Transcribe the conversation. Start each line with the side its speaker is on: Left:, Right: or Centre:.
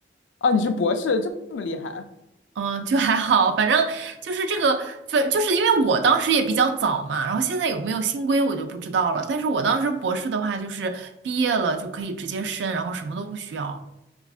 Left: 啊，你是博士，这么厉害？
Right: 嗯，就还好，反正就是这个，就就是因为我当时也比较早嘛，然后现在有没有新规我就不知道了。但是我当时博士的话，就是毕业了就可以直接申，然后什么都不需要，